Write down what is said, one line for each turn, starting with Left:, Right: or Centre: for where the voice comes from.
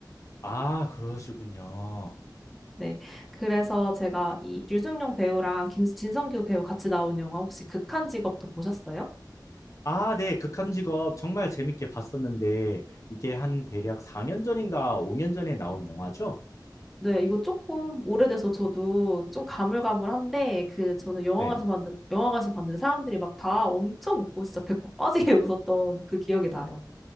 Left: 아, 그러시군요.
Centre: 네. 그래서 제가 이 류승룡 배우랑 긴, 진성규 배우 같이 나온 영화 혹시 극한 직업도 보셨어요?
Left: 아, 네. 극한 직업 정말 재밌게 봤었는데 이게 한 대략 4년 전인가 5년 전에 나온 영화죠?
Centre: 네, 이거 조금 오래돼서 저도 좀 가물가물한데, 그, 저는 영화관에서
Left: 네.
Centre: 봤는데, 영화관에서 봤는데 사람들이 막 다 엄청 웃고 진짜 배꼽 빠지게 <laughs> 웃었던 그 기억이 나요.